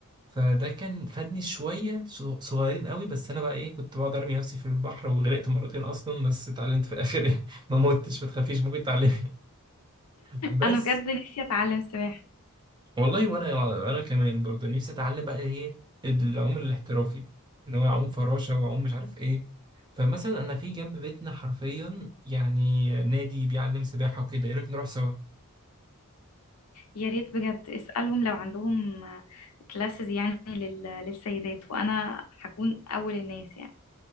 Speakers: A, on the right (about 20°); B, on the left (about 85°).
A: فده كان فادني شوية صغ- صغيرين قوي بس أنا بقى إيه كنت بقعد أرمي نفسي في البحر وغرقت مرتين أصلا بس اتعلمت في الآخر <laughs> ما متش ما تخافيش ممكن تتعلمي <laughs> بس
B: انا بجد نفسي اتعلم سباحة
A: والله وانا وانا كمان برضه نفسي اتعلم بقى ايه العوم الاحترافي اللي هو اعوم فراشه واعوم مش عارف ايه فمثلا انا في جنب بيتنا حرفيا يعني نادي بيعلم سباحه وكده ايه رايك نروح سوا
B: يا ريت بجد اسألهم لو عندهم كلاسز يعني لل... للسيدات وانا هكون اول الناس يعني